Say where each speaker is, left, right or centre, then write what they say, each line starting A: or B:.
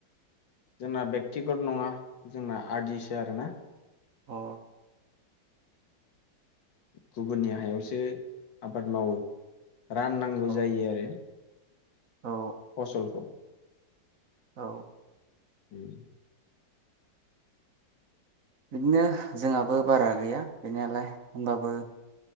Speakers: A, on the left; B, on the right.
A: जोंना बेक्तिगत नङा जोंना आरदिसो आरोना।
B: अ।
A: गुबुननि हायावसो आबाद मावो। राननांगौ
B: औ
A: जायो आरो।
B: औ
A: फसलखौ
B: औ।
A: उम।
B: बिदिनो जोंहाबो बारा गैया गैनायालाय होमबाबो